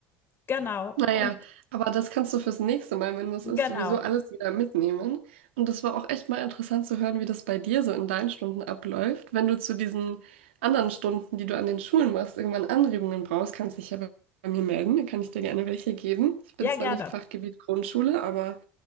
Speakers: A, on the left (about 40°); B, on the right (about 80°).
A: Genau
B: Naja,
A: und
B: aber das kannst du fürs nächste Mal, wenn das ist,
A: genau.
B: sowieso alles wieder mitnehmen. Und das war auch echt mal interessant zu hören, wie das bei dir so in deinen Stunden abläuft. Wenn du zu diesen anderen Stunden, die du an den Schulen machst, irgendwann Anregungen brauchst, kannst dich ja bei bei mir melden. Dann kann ich dir gerne welche geben. Ich bin
A: Ja,
B: zwar
A: gerne.
B: nicht Fachgebiet Grundschule, aber